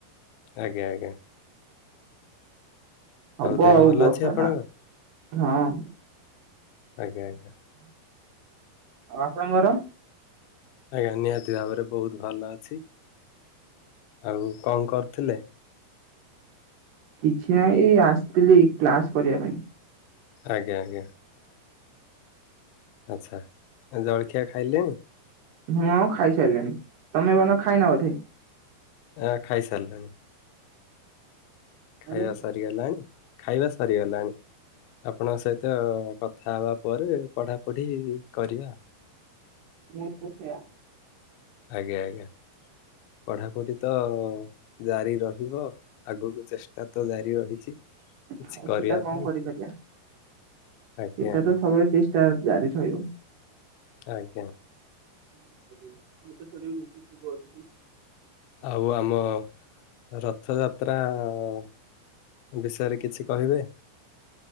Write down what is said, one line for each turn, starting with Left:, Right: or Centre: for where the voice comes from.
Left: ଆଜ୍ଞା ଆଜ୍ଞା।
Right: ହବ
Left: ଦେହ
Right: ଆଉ
Left: ଭଲ
Right: ବର୍ଷା
Left: ଅଛି ଆପଣଙ୍କ?
Right: ନା ହଁ।
Left: ଆଜ୍ଞା ଆଜ୍ଞା
Right: ଆ ଆପଣଙ୍କର।
Left: ଆଜ୍ଞା ନିହାତି ଭାବରେ ବହୁତ ଭଲ ଅଛି। ଆଉ କଣ କରୁଥିଲେ।
Right: କିଛି ନାହିଁ ଏ ଆସିଥିଲି କ୍ଲାସ କରିବା ପାଇଁ।
Left: ଆଜ୍ଞା ଆଜ୍ଞା। ଆଚ୍ଛା ଜଳଖିଆ ଖାଇଲେନି?
Right: ମୁଁ ଖାଇସାରିଲିଣି ତମେ ବନ ଖାଇନା ବୋଧେ।
Left: ଆ ଖାଇ ସାରିଲେଣି। ଖାଇବା
Right: ମୁଁ
Left: ସରିଗଲାଣି ଖାଇବା ସରିଗଲାଣି। ଆପଣଙ୍କ ସହିତ କଥା ହବା ପରେ ପଢାପଢି କରିବା।
Right: ଯାହା କୁ ସେଇଆ।
Left: ଆଜ୍ଞା ଆଜ୍ଞା ପଢାପଢି ତ ଜାରି ରହିବ ଆଗକୁ ଚେଷ୍ଟା ତ ଜାରି ରହିଛି। କିଛି
Right: ଆଉ
Left: କରିବା
Right: ସେଟା କଣ
Left: ପାଇଁ
Right: କରିପାରିବା ସେଟା
Left: ଆଜ୍ଞା ଆଜ୍ଞା
Right: ତ ସବୁବେଳେ ଚେ ଷ୍ଟା ଜାରିରହିବ।
Left: ଆଜ୍ଞା।
Right: <unintelligible> ଜଲଦି।
Left: ଆଉ ଆମ ରଥଯାତ୍ରା ଆ। ବିଷୟରେ କିଛି କହିବେ।